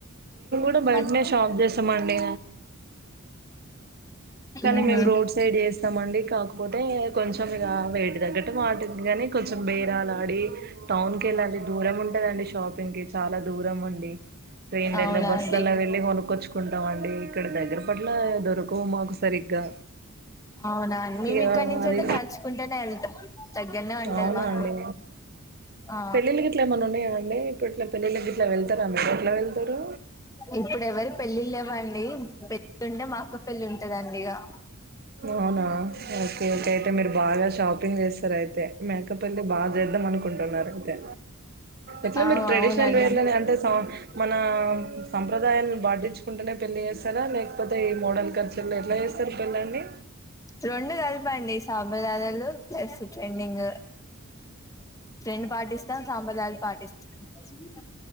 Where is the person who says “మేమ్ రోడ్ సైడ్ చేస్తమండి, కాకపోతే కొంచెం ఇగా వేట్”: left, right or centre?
Right